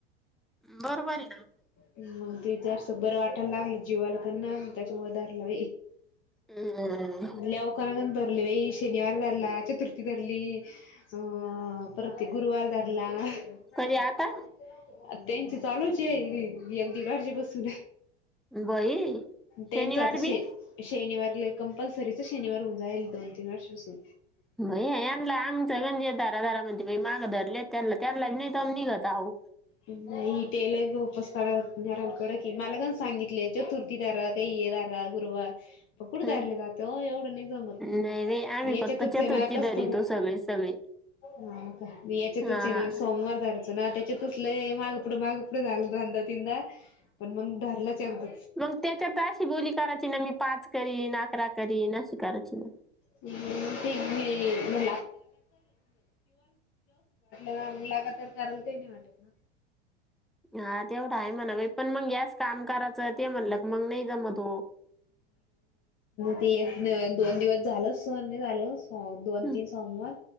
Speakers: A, in the centre; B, on the left.
A: बरोबर आहे ना
B: म जस बरं वाटायला लागल जीवाला त्यांना त्याच्या मदारला
A: अं
B: लवकरण धले वई शनिवार धरला चतुर्थी धरली अ प्रतेक गुरुवार ारला आ
A: कधी आता
B: त्यांच चालूच आहे अगदी घरचे बसून
A: बाई
B: त्यांचा
A: शनिवार
B: तसे
A: बी
B: शनिवारला कंपल्सरीच शनिवार होऊन जाईल दोन तीन वर्षासून
A: म यांना आमचं म्हणजे दारा दारा म्हणजे माग धले त्यां त्यांना नाही् निघत आहो
B: नाही तेेल उपस क नाहील कडं की मला काण सांगितले चतुर्थ दार काही दारा गुरुवार प कुड
A: हं.
B: तयरले जाते हो एवढं नाही जमल
A: नाही बाई आम्ही
B: याच्यातच
A: फक्त चतुर्थी
B: आहे ना कस
A: धरितो
B: तरी
A: सगळे सगळे
B: हा का मी याच्या
A: हा
B: ध त्या तस माग मागपं झा तदाा पण मग ध त्या द
A: मग त्याच्यात अशी बोली करायची ना मी पाच करीन अकरा करीन अशी करायची ना
B: <inaudible> वाटलं ना म्हला का तर करायला काही नाही वाटत ना.
A: हा तेवढा आहे म्हणा बा पण मग यास काम करायचं ते म्हणलं क मग नाही जमत हो.
B: ते एक दोन दिवस झाल स नाही झालं. हो दोन
A: हं
B: तीन सोमवार